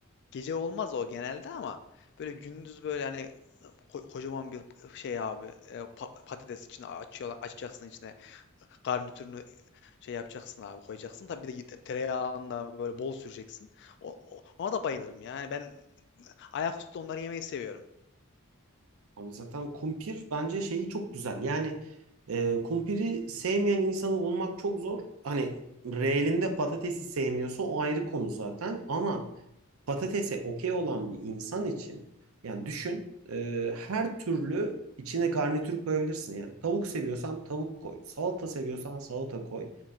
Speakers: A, on the left (about 55°); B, on the right (about 75°).
A: Gece olmaz o genelde ama böyle gündüz böyle hani ko- kocaman bir şey abi e, pa- patates içine açıyorlar açacaksın içine garnitürünü şey yapacaksın abi koyacaksın. Tabii bir de tereyağında böyle bol süreceksin. O, o- ona da bayılırım. Yani ben ayaküstü onları yemeyi seviyorum.
B: Abi zaten kumpir bence şeyi çok güzel. Yani e, kumpiri sevmeyen insanı olmak çok zor. Hani reelinde patatesi sevmiyorsa o ayrı konu zaten. Ama patatese okey olan bir insan için yani düşün e, her türlü içine garnitür koyabilirsin. Yani tavuk seviyorsan tavuk koy. Salata seviyorsan salata koy.